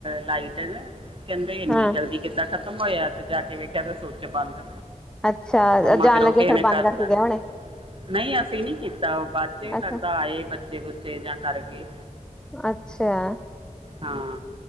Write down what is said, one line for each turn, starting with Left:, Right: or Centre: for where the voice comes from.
Right: ਲਾਈਟ ਨ, ਕਹਿੰਦੇ ਇੰਨੀ
Centre: ਹਾਂ
Right: ਜਲਦੀ ਕਿੱਦਾਂ ਖਤਮ ਹੋਇਆ ਤੇ ਜਾ ਕੇ ਵੇਖਿਆ ਤੇ ਸਵਿਚ ਬੰਦ
Centre: ਅੱਛਾ
Right: ਉਹ ਮਗਰੋਂ
Centre: ਜਾਣ ਲੱਗੇ
Right: ਕਿਸੇ
Centre: ਫੇਰ
Right: ਨੇ
Centre: ਬੰਦ
Right: ਕਰਤਾ
Centre: ਕਰਕੇ ਗਏ ਹੋੁਣੇ
Right: ਨਹੀਂ ਅਸੀਂ ਨੀ ਕੀਤਾ ਉਹ ਬਾਅਦ ਚ ਵੀ ਲੱਗਦਾ
Centre: ਅੱਛਾ
Right: ਆਏ ਬੱਚੇ ਬੁੱਚੇ ਜਾਂ ਕਰ ਗਏ
Centre: ਅੱਛਾ
Right: ਹਾਂ